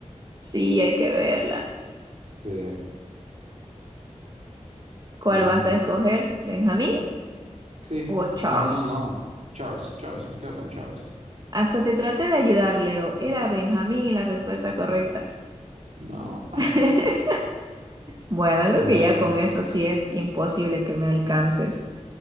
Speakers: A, on the right; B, on the right.
A: Sí, hay que verla.
B: Sí.
A: ¿Cuál
B: Y
A: vas
B: este.
A: a escoger? ¿Benjamín
B: Sí,
A: o
B: no,
A: Charles?
B: no, no. Charles, Charles, me quedo con Charles.
A: Hasta te traté de ayudar, Leo. Era Benjamín la respuesta correcta.
B: No. <laughs>
A: <laughs> Bueno, creo
B: Eh,
A: que ya con eso sí es imposible que me alcances.